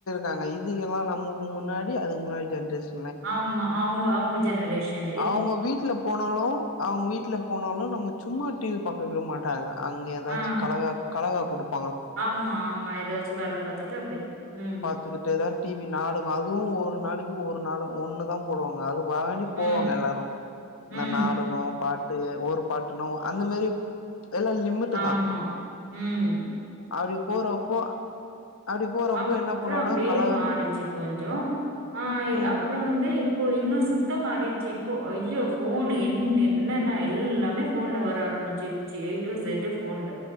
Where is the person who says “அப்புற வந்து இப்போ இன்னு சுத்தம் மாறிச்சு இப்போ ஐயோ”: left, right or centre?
Right